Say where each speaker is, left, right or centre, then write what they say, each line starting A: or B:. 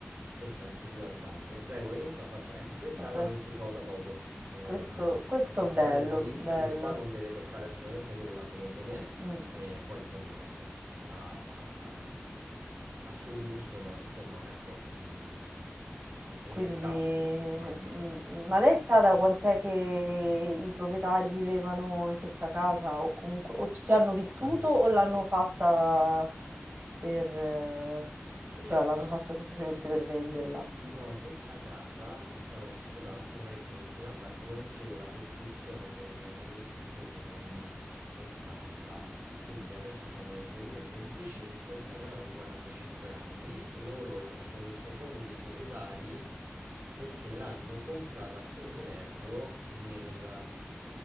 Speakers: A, on the right; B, on the right.
A: Questo è un signor bagno. Prego, entra, faccia... Ecco, questa
B: vabbè,
A: l'hanno ristrutturata da poco. Eh, a
B: questo questo
A: mattonelle
B: bello,
A: nuovissime,
B: bello.
A: qua non deve toccare assolutamente nulla, secondo me.
B: Mh.
A: E poi, insomma, ecco, a, a- a suo gusto, ma insomma, ecco, mm, è
B: Quindi
A: impeccabile questo bagno.
B: mhmm, ma lei sa da quant'è che i proprietari vivevano in questa casa o comunque o ci hanno vissuto
A: Allora,
B: o l'hanno fatta per eh,
A: questa...
B: cioè l'hanno fatta semplicemente per venderla?
A: No, questa casa è stata vissuta anche parecchio perché in realtà, come le dicevo, la costruzione del- dell'edificio è degli anni 80, quindi adesso siamo nel 2025, stiamo parlando di 45 anni, loro l- sono i secondi proprietari perché l'hanno comprata, se non erro, nel